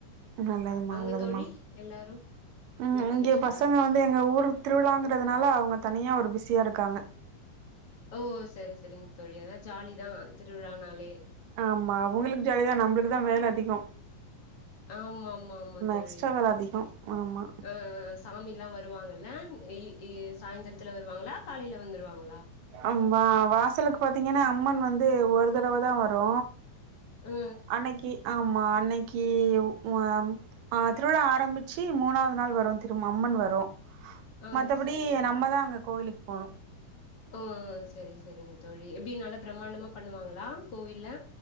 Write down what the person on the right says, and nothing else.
நல்லதுமா
நல்லதுமா
உம்
இங்க
பசங்க வந் து எங்க ஊரு திருவிழாங்கறதுனால அவுங்க தனியா ஒரு பிஸியா இருக்காங்க
ஆமா அவுங்களுக்கு ஜாலிதா நம்மளுக்கு தா வேல அதிகொ
எக்ஸ்ட்ரா வேல அதிகோ ஆமா
அம்மா வாசலுக்கு பாத்தீங்கென்னா அம்மன் வந்து ஒரு தடவ தா வரு
அன்னைக்கி ஆமா அன்னைக்கி உ ஆ ஆ திருவிழா ஆரம்பிச்சு மூணாவது நாள் வரு திரும் அம்மன் வரு
மத்தபடி
நம்மதா அங்க கோவிலுக்கு போணு